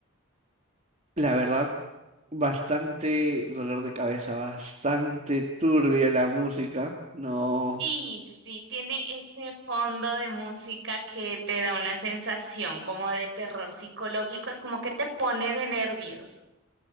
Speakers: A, on the right; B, on the right.
A: La verdad, Bastante dolor de cabeza, bastante turbia la música. No,
B: Y sí, tiene ese fondo de música que te da una sensación como de terror psicológico, es como que te pone de nervios.